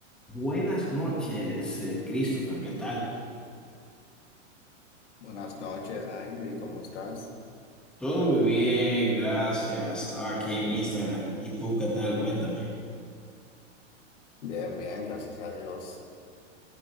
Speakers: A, in the centre; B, on the left.
A: Buenas noches, eh, Christopher, ¿qué tal?
B: Buenas noches, Javi, ¿cómo estás?
A: Todo muy bien, gracias. Estaba aquí en Instagram. ¿Y tú qué tal? Cuéntame.
B: Bien, bien, gracias a Dios.